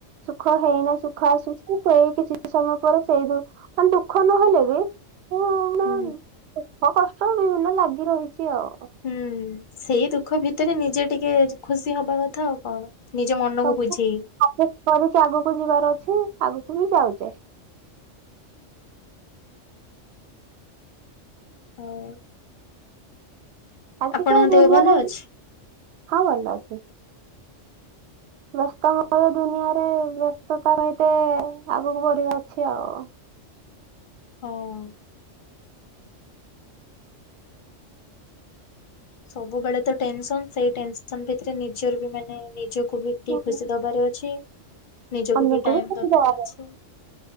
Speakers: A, on the right; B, on the left.
A: ସୁଖ ହେଇନା ସୁଖ ଆଶୁଚି କିଛି ସମୟ ପରେ ସେଇ ଦ ମାନେ ଦୁଃଖ ନହେଲେ ବି ମାନେ
B: ହୁଁ।
A: ଦୁଃଖ କଷ୍ଟ ବିଭିନ୍ନ ଲାଗି ରହିଛି ଆଉ।
B: ହୁଁ ସେଇ ଦୁଃଖ ଭିତରେ ନିଜେ ଟିକେ ଖୁସି ହବା କଥା ଆଉ କଣ। ନିଜ ମନକୁ
A: ସବୁ
B: ବୁଝେଇ।
A: କରିକି ଆଗକୁ ଯିବାର ଅଛି ଆଗକୁ ବି ଯାଉଚେ।
B: ଆଉ
A: ଆଜିକା
B: ଆପଣଙ୍କ
A: ଦୁନିଆ
B: ଦେହ ଭଲ
A: ହଁ
B: ଅଛି?
A: ଭଲ ଅଛି। ବ୍ୟସ୍ତ ବହୁଳ ଦୁନିଆରେ ବ୍ୟସ୍ତତା ସହିତ ଆଗକୁ ବଢିବା ଅଛି ଆଉ।
B: ହଁ। ସବୁବେଳେ ତ ଟେନସନ ସେଇ ଟେନସନ ଭିତରେ ନିଜର ବି ମାନେ ନିଜକୁ ବି ଟିକେ
A: ହୁଁ।
B: ଖୁସି ଦବାରେ ଅଛି ନିଜକୁ
A: ଅନ୍ୟକୁ
B: ବି ଟାଇମ
A: କିଛି
B: ଦବାରେ
A: ଦବାର
B: ଅଛି।